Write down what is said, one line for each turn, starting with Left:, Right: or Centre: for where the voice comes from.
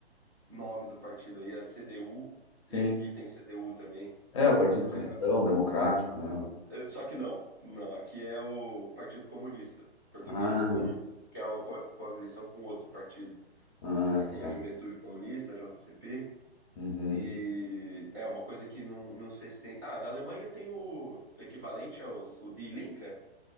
Right: nome do partido aí, a CDU,
Left: sim.
Right: e aqui tem CDU também,
Left: É, o Partido
Right: que
Left: Cristão
Right: é...
Left: Democrático, né?
Right: eh, Só que não, não, aqui é o Partido Comunista Português,
Left: Ah,
Right: com que é uma co- coalição com outro partido.
Left: ah,
Right: Aí tem
Left: tá.
Right: a Juventude Comunista, a JCP.
Left: Uhum.
Right: E é uma coisa que não, não sei se tem. Ah, na Alemanha tem o equivalente aos o Die Linke?